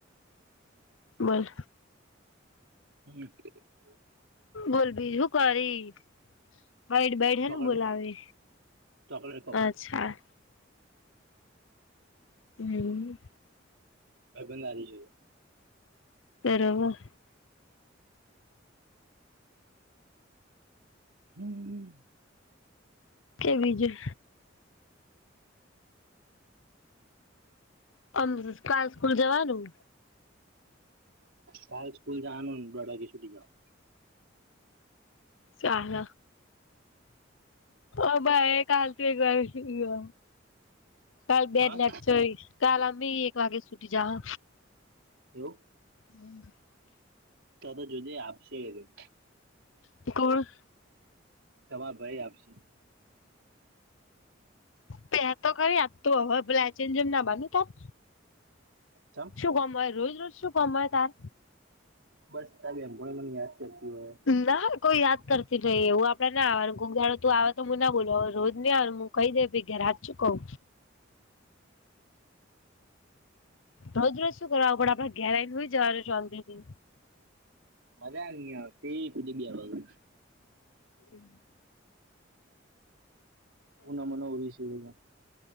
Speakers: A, on the left; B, on the right.
A: બોલ
B: હમ્મ
A: બોલ બીજુ હુ કરી બઈડ બઇડ હેનું
B: ચોકલેટ
A: બોલાવે,
B: ખાઉં ચોકલેટ ખાઉં
A: અચ્છા. હમ.
B: ભઈબંધ હારી જયો
A: બરોબર.
B: હમ.
A: કે બીજું. અમ કાલ સ્કૂલ જવાનું?
B: કાલ સ્કુલ જવાનું ન દોડ વાગે સુટી જવાનું.
A: સાલ, અમારે કાલ તો એક વાગે ફ્રી હ કાલ બે
B: હા
A: જ લેક્ચર હી કાલ અમી એક વાગે સુટી જાહ.
B: એવું.
A: હમ.
B: તો તો જોજે એ આપશે એ રયો.
A: તુ ખોલ.
B: તમા ભઈ આપશે.
A: પેહા તો કરી આપતું હવ પલાચી ન જેમ ના માન તો આપ.
B: ચમ.
A: શું કોમ હોય રોજ રોજ શું કોમ હોય તાર.
B: બસ તાર બેનપણીઓ મન યાદ કરતી હોય.
A: ના કોઈ યાદ કરતી નહી એવું આપડે ના આવાનું કોક દાડો તું આવ તો હું ના બોલાવુ રોજ નહી આવેનું મૂ કહી દે ભઈ ઘે રાત છું કહું. રોજ રોજ શું કરવા આવું પડ આપડ ઘેરાઈન હુઈ જવાનું શોન્તીથી.
B: મજા ની આવતી કુધી ગવા
A: હમ.
B: હું ના મને ઉ વિસ હજાર.